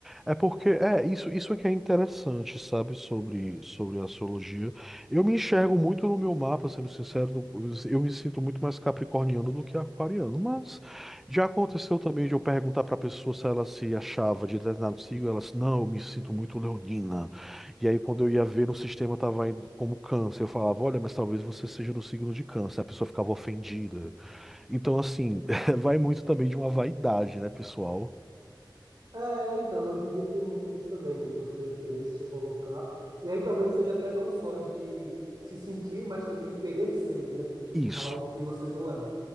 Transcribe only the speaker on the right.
É, então, hoje em dia tem muito disso também, né? De você querer se colocar. E aí talvez seja até não só de se sentir, mas também querer ser, né?
Algo que você não é.